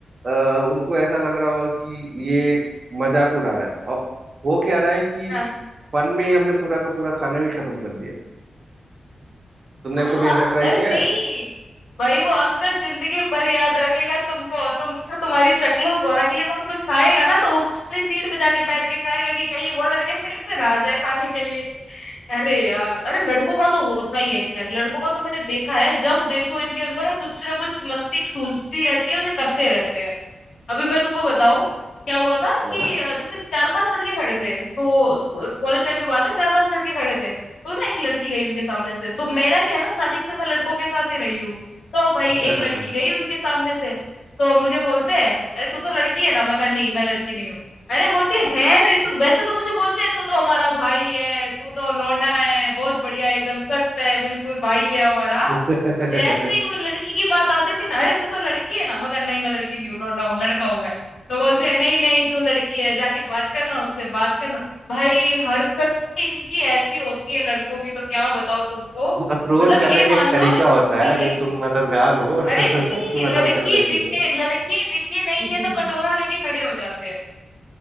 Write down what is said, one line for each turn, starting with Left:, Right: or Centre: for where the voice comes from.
Right: अ, उनको ऐसा लग रहा हो कि ये मजाक उड़ा रहा है और वो क्या रहा है कि
Left: हाँ।
Right: फन में ही हमने पूरा का पूरा खाना भी खत्म कर दिया तुमने
Left: हाँ
Right: कभी
Left: हाँ
Right: ऐसा ट्राई
Left: अरे
Right: किया
Left: नहीं
Right: है
Left: भाई वो अंकल जिंदगी भर याद रखेगा तुमको तुमको और तुम्हारी शक्लों को और अगली बार कुछ खाएगा ना तो ऊपर वाली सीट पे जाके बैठ के खाएगा कि कहीं वो लड़के फिर से ना आ जाए खाने के लिए अरे यार अरे लड़कों का तो होता ही है खैर लड़कों का तो मैंने देखा है जब देखो इनके उनको ना कुछ ना कुछ मस्ती सूझती रहती है और ये करते रहते हैं अभी मैं तुमको बताऊं क्या हुआ था
Right: हाँ
Left: कि अ, जैसे चार पांच लड़के खड़े थे तो कॉलेज टाइम की बात है चार पांच लड़के खड़े थे तो ना एक लड़की गई उनके सामने से तो मेरा क्या है ना स्टार्टिंग से मैं लड़कों के साथ ही रही हूँ तो भाई
Right: अच्छा
Left: एक
Right: हाँ
Left: लड़की
Right: हाँ
Left: गई उनके सामने से तो मुझे बोलते हैं अरे तू तो लड़की है ना मैं कहा नहीं मैं लड़की नहीं हूँ अरे बोलती है "है रे तू वैसे तो मुझे बोलते हैं तू तो हमारा भाई है तू तो लौंडा है बहुत बढ़िया है, एकदम सख्त है बिल्कुल भाई है हमारा
Right: <laughs>
Left: जैसे ही कोई लड़की की बात आती थी ना अरे तू तो लड़की है ना मैं कहा नहीं मैं लड़की नहीं हूँ लौंडा हूँ लड़का हूँ मैं तो बोलते हैं नहीं नहीं तू लड़की है जाके बात करना उससे बात करना भाई हरकत ही इनकी ऐसी होती है लड़कों की तो क्या बताओ तुमको
Right: वो अप्रोच
Left: मतलब
Right: करने
Left: ये
Right: का
Left: मान
Right: एक तरीका
Left: लो
Right: होता है
Left: लड़की
Right: अरे तुम मददगार हो <laughs>
Left: अरे
Right: सबकी
Left: नहीं
Right: मदद
Left: लड़की
Right: कर देती
Left: दिखे
Right: हो
Left: लड़की दिखी नहीं
Right: <laughs>
Left: है तो कटोरा लेके खड़े हो जाते हैं